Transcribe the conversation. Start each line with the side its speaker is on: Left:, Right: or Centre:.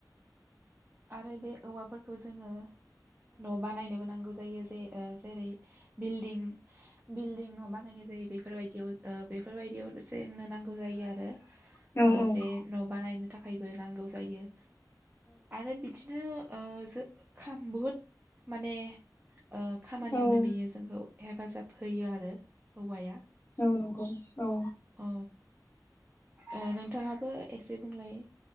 Right: आरो बे औवाफोरखौ जोंङो न' बानायनोबो नांगौ जा जायो जे ओ जेरै बिल्डिं बिल्डिं न बानायनाय जायो बे बेफोर बायदियाव ओ बेफोर बायदियाव जेन्नो नांगौ जायो आरो
Left: औ,
Right: ओ बे न' बानायनो थाखायबो नांगौ जायो आरो बिदिनो ओ जो खाम बुहुद माने ओ खामानियावनो
Left: औ,
Right: बेयो जोंखौ हेफाजाब होयो आरो औवाया
Left: औ नंगौ औ।
Right: ओ ओ नोंथाङाबो एसे बुंलाय